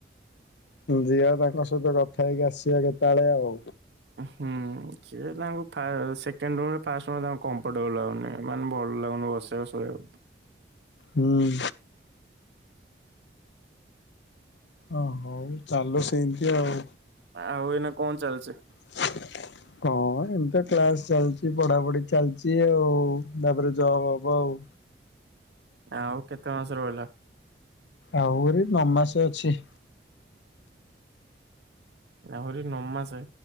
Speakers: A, on the left; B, on the right.
A: ଜିଆ ତାଙ୍କ ସହିତ କଥା ହେଇକି ଆସିବା କେତେବେଳେ ଆଉ।
B: ହୁଁ ସିଏ ତାଙ୍କୁ ସେକେଣ୍ଡ ର ରେ ଫାଷ୍ଟ ର ରେ ତାଙ୍କୁ କମ୍ ଫଟବଲ ଲାଗୁନି ମାନେ ଭଲ ଲାଗୁନି ବସେଇବାକୁ ଶୋଇବାକୁ।
A: ହୁଁ। ଓ ହଉ ଚାଲୁ ସେମିତି ଆଉ।
B: ଆଉ ଏଇନା କଣ ଚାଲିଚି?
A: <inaudible> ହଁ, ଏମିତି କ୍ଲାସ ଚାଲିଛି, ପଢ଼ାପଢ଼ି ଚାଲିଛି ଆଉ ତାପରେ ଜବ ହବ ଆଉ।
B: ଆଉ କେତେ ମାସ ରହିଲା?
A: ଆହୁରି ନଅ ମାସେ ଅଛି।
B: ଆହୁରି ନଅ ମାସେ?